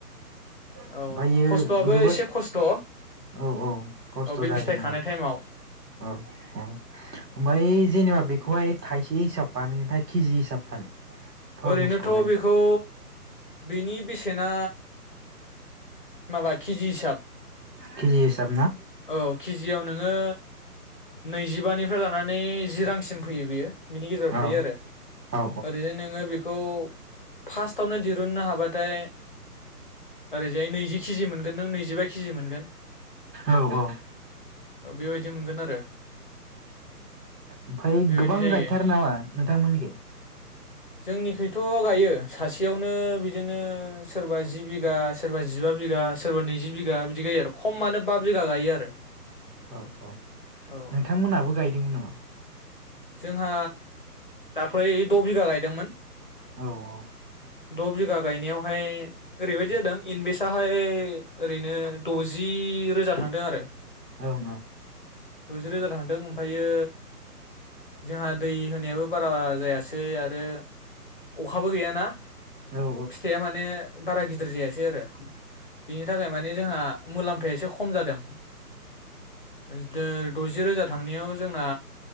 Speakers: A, on the right; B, on the left.
A: ओमफ्रायो
B: औ खस्थ'आबो
A: जोबोद
B: एसे खस्थ'
A: औ औ खस्थ'
B: औ बे
A: जागोन
B: फिथाइ खानाय
A: औ
B: टाइमाव
A: औ औ ओमफ्राय जेनेबा बेख खौहाय थाइसे हिसाब बानायो ना कि जि हिसाब फानो थरमुसखौहाय
B: ओरैनोथ' बेखौ बेनि बेसे बेसेना माबा केजि हिसाब
A: केजि हिसाब ना
B: औ केजियाव नोङो नैजिबानिफ्राय लानानै जि रांसिम फैयो बियो बिनि गेजेराव थायो
A: औ
B: आरो
A: औ
B: ओरैनो नों बिखौ फार्स्टावनो दिरुननो हाबा बाथाय ओरैजाय नैजि केजि मोनगोन नों नैजिबा केजि मोनगोन
A: औ औ
B: बेबायदि मोनगोन आरो
A: ओमफाय
B: बेबायदि
A: गोबां
B: जायो
A: गायथारो नामा नोंथांमोननिखि
B: जोंनिखैथ' गायो सासेयावनो बिदिनो सोरबा जि बिगा सोरबा जिबा बिगा सोरबा नैजि बिगा बिदि गायो आरो खमानो बा बिगा गायो आरो
A: औ औ
B: औ
A: नोंथांमोनाबो गायदोंमोन नामा
B: जोंहा दाख्लै द बिघा गायदोंमोन
A: औ औ
B: द बिघा गायनायावहाय ओरैबायदि जादों इनभे साहाय ओरैनो दजि रोजा थांदों आरो
A: ओं
B: द'जि रोजा थांदो अम फायो जोंहा दै होनायाबो बारा जायासै आरो अखाबो गैयाना
A: ओं औ
B: फिथाइया माने बारा गिदिर जायासै आरो बिनि थाखाय माने जोंहा मुलाम्फाया एसे खम जादों <inaudible> <unintelligible> द'जि रोजा थांनायाव जोंना